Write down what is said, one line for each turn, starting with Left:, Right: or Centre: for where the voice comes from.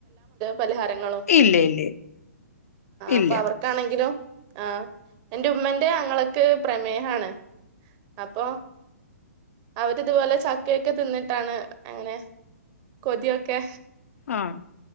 Right: പലഹാരങ്ങളും
Left: ഇല്ല ഇല്ല ഇല്ല
Right: അപ്പൊ അവർക്കാണെങ്കിലോ ആഹ് എന്റുമ്മന്റെ ആങ്ങളക് ക്ക്‌ പ്രേമേഹാണ് അപ്പൊ അവരിത് പോലെ ചക്കൊക്കെ തിന്ന് ട്ടാണ് അങ്ങനെ കൊതിയൊക്കെ
Left: ആഹ്